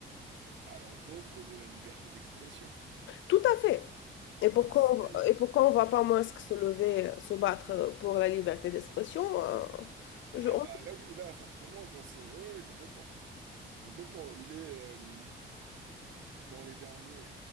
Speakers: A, on the right (about 75°); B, on the left (about 75°).
A: à l'encontre de la liberté d'expression.
B: Tout à fait. Et pourquoi,
A: C'est
B: on- va- et pourquoi on ne voit pas Musk se lever, euh, se battre pour la liberté d'expression? euh, je-
A: ah
B: on-
A: bah là oui, là forcément quand c'est oui, oui, complètement. Complètement. Il est euh, dans les derniers,